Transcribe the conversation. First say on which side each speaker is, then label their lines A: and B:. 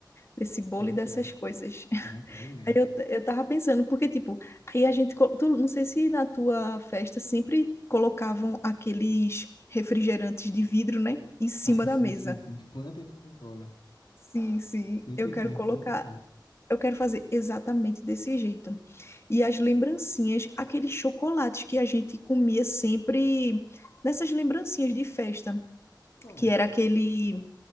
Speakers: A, on the left; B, on the left.
A: desse bolo
B: Quero,
A: e dessas
B: quero.
A: coisas. <laughs>
B: Não, quero mesmo.
A: Aí eu, t- eu tava pensando, porque tipo, aí a gente, co- tu, não sei se na tua festa sempre colocavam aqueles refrigerantes de vidro, né, em cima
B: <laughs>
A: da
B: Sim,
A: mesa.
B: sim, sim. Fanta e Coca-Cola.
A: Sim, sim,
B: Sempre
A: eu quero
B: tinha
A: colocar,
B: Fanta e Coca.
A: eu quero fazer exatamente desse jeito. E as lembrancinhas, aqueles chocolates que a gente comia sempre nessas lembrancinhas de festa,
B: Qual?
A: que era aquele